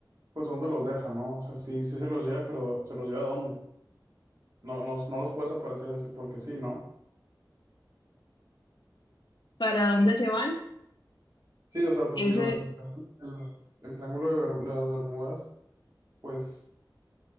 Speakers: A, on the right (about 50°); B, on the left (about 75°).
A: pues, ¿dónde los deja, no? O sea, sí, sí se los lleva, pero ¿se los lleva a dónde? No, no, no los puedes aparecer así porque sí, ¿no?
B: ¿Para dónde se van?
A: Sí, o sea, pues
B: Ese
A: si lo desapareces, el, el triángulo de, Ber- de las Bermudas, pues